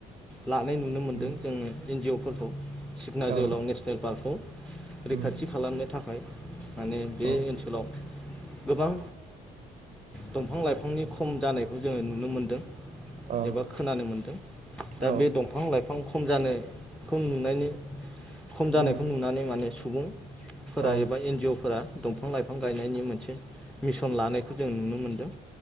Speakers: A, in the centre; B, on the right.
A: लानाय नुनो मोन्दों
B: उम
A: जोंङो एन जि अ फोरखौ। सिखना
B: औ
A: जोहोलाव नेसनेल पार्कखौ
B: उम
A: खाथि खालामनो थाखाय माने बे
B: औ
A: ओनसोलाव गोबां दंफां लाइफांनि खम जानायखौ जोङो नुनो मोनदों।
B: अ
A: एबा खोनानो मोन्दों दा
B: औ
A: बे दंफां लाइफां खम जानो खौ नुनायनि खम जानायखौ
B: उम
A: नुनानै माने सुबुं फोरा
B: औ
A: एबा एन जि अ फोरा दंफां लाइफां गायनायनि मोनसे मिसन लानायखौ जों नुनो मोनदों।